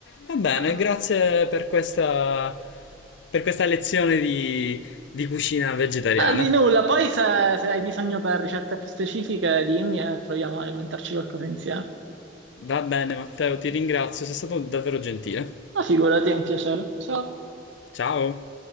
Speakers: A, on the left (about 75°); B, on the right (about 80°).
A: Va bene,
B: eh.
A: grazie per questa, per questa lezione di, di cucina vegetariana.
B: Eh, di nulla. Poi se, se hai bisogno per ricette più specifiche, dimmi e proviamo a inventarci qualcosa insieme.
A: Va bene, Matteo, ti ringrazio, sei stato davvero gentile.
B: Ma figurati, è un piacere. Ciao.
A: Ciao.